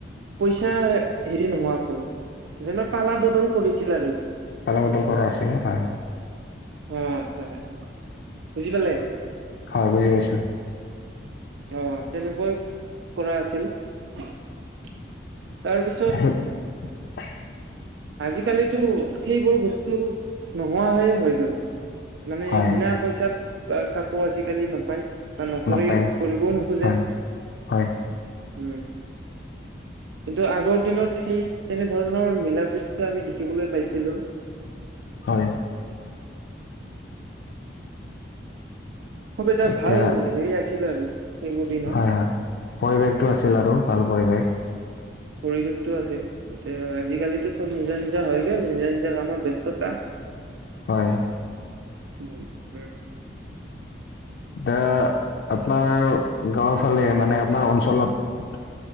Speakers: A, on the right; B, on the left.
A: পইচা হেৰি নোহোৱাকৈ। যেনে পালা বদল কৰিছিল আৰু।
B: তালা বদল কৰা আছিল হয়।
A: অ আচ্ছা বুজি পালে?
B: হয় বুজি পাইছো।
A: অ তেনেকৈ কৰা আছিল তাৰপিছত
B: <inaudible>
A: আজিকালিতো সেইবোৰ বস্তু নোহোৱা হৈয়ে হয় গল। মানে
B: হয়
A: বিনা পইচাত কাকো আজিকালি নাপায়। বা নকৰিও
B: নাপায়
A: কৰিবও নোখোজে
B: হয় হয়
A: উম। কিন্তু আগৰ দিনত সেই তেনেধৰণৰ মিলা প্ৰীতিটো আমি দেখিবলৈ পাইছিলো।
B: হয়।
A: খুব এটা
B: এতিয়া
A: ভাল হেৰি আছিল আৰু। সেইবোৰ দিনত
B: হয় হয় পৰিৱেশটো আছিল আৰু ভাল পৰিৱেশ।
A: পৰিৱেশটো আছিল। এতিয়া আজিকালিো চব নিজৰ নিজৰ হৈ গ'ল নিজৰ নিজৰা কামত ব্যস্ততা।
B: হয়।
A: উম উম।
B: এতিয়া আপোনাৰ গাঁৱৰ ফালে মানে আপোনাৰ অঞ্চলত